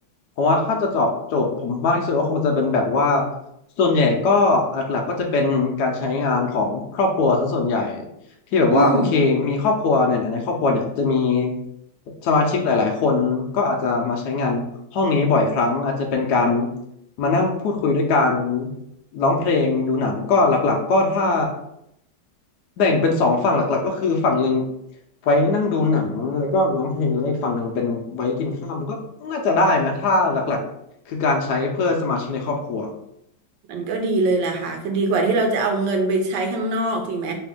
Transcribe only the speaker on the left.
เพราะว่าถ้าจะตอบโจทย์ผมมากที่สุดก็คงจะเป็นแบบว่าส่วนใหญ่ก็หลักๆก็จะเป็นการใช้งานของครอบครัวซะส่วนใหญ่ที่แบบว่าโอเคมีครอบครัวเนี่ยในครอบครัวเนี่ยจะมี
สมาชิกหลายๆคนก็อาจจะมาใช้งานห้องนี้บ่อยครั้งอาจจะเป็นการ มานั่งพูดคุยด้วยกันร้องเพลงดูหนังก็หลักๆก็ถ้าแบ่งเป็นสองฝั่งหลักๆก็คือฝั่งหนึ่งไว้นั่งดูหนังแล้วก็ร้องเพลงแล้วอีกฝั่งหนึ่งเป็นไว้กินข้าวมันก็น่าจะได้ไหมถ้าหลักๆคือการใช้เพื่อสมาชิกในครอบครัว